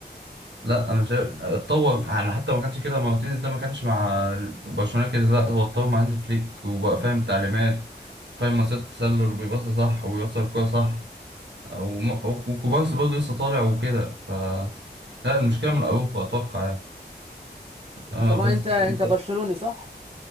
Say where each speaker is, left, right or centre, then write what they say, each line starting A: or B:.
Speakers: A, on the right; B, on the right.
A: لا أنا شايف اتطور يعني حتى ما كانش كده مارتينيز ده ما كانش مع برشلونة كده لا هو اتطور مع هانز فليك وبقى فاهم تعليمات فاهم مصيدة التسلل وبيباصي صح ويوصل الكورة صح وم- وكوبارسي برضه لسه طالع وكده ف لا المشكلة
B: امم
A: من أوروبا أتوقع يعني اه
B: طبعا
A: بس
B: انت انت
A: أنت
B: برشلوني صح